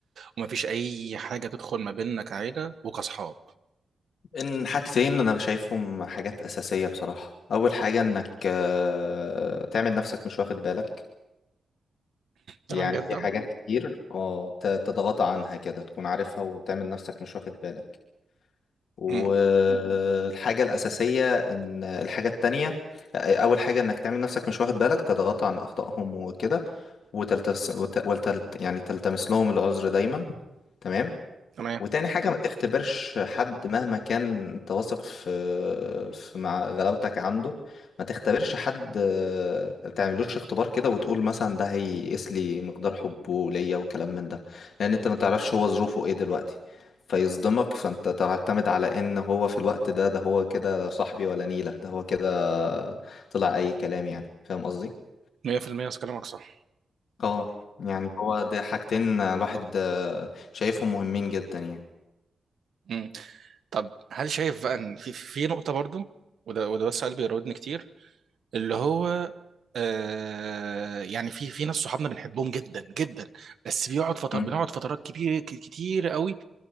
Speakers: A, on the right (about 60°); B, on the left (about 70°).
A: ومفيش اي حاجة تدخل ما بيننا كعيلة وكصحاب
B: ان حاجتين انا شايفهم حاجات اساسيه بصراحه اول حاجه انك آه، تعمل نفسك مش واخد بالك
A: تمام
B: يعني
A: جدا
B: في حاجات كتير اه ت- تضغط عنها كده تكون عارفها وتعمل نفسك مش واخد بالك والحاجه
A: امم
B: الاساسيه ان الحاجه التانية آه، اول حاجه انك تعمل نفسك مش واخد بالك تضغط عن اخطائهم وكده وتلتس وت... وتلت... يعني تلتمس لهم العذر دايما تمام
A: تمام
B: وتاني حاجة ما تختبرش حد مهما كان انت واثق في, في مع غلاوتك عنده ما تختبرش حد آه، ما تعملوش اختبار كده وتقول مثلا ده هيقيس لي مقدار حبه ليا وكلام من ده لأن انت ما تعرفش هو ظروفه ايه دلوقتي فيصدمك فانت تعتمد على ان هو في الوقت ده ده هو كده لا صاحبي ولا نيلة ده هو كده طلع اي كلام يعني فاهم قصدي؟
A: 100% كلامك صح
B: اه يعني هو ده حاجتين الواحد آه، شايفهم مهمين جدا يعني
A: امم طب هل شايف بقى ان في في نقطة برضو وده وده بس سؤال بيراودني كتير اللي هو آه يعني في في ناس صحابنا بنحبهم جدا جدا بس بيقعد فتر
B: مم.
A: بنقعد فترات كبيره ك- كتير قوي